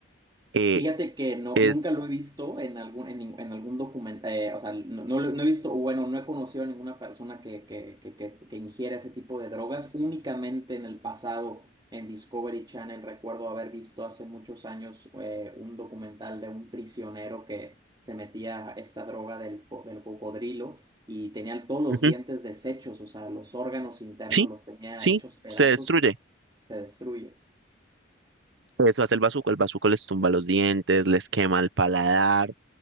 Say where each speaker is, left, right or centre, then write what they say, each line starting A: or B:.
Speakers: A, on the right (about 80°); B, on the right (about 25°).
A: Eh,
B: Fíjate que no,
A: es,
B: nunca lo he visto en algún, en, nin- en algún documento, o sea, no, no, lo- no he visto, o bueno, no he conocido a ninguna persona que, que, que, que, que ingiera ese tipo de drogas. Únicamente en el pasado, en Discovery Channel, recuerdo haber visto hace muchos años eh, un documental de un prisionero que se metía esta droga del, co- del cocodrilo y tenía todos los
A: ujú,
B: dientes deshechos, o sea, los órganos internos
A: sí,
B: los tenía
A: sí,
B: hechos pedazos,
A: se destruye.
B: se destruye.
A: Eso hace el bazuco. El bazuco les tumba los dientes, les quema el paladar. O